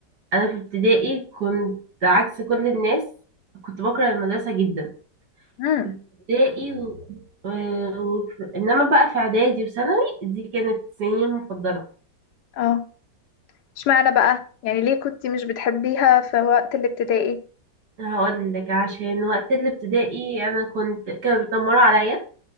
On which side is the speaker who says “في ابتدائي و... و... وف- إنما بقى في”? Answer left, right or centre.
Right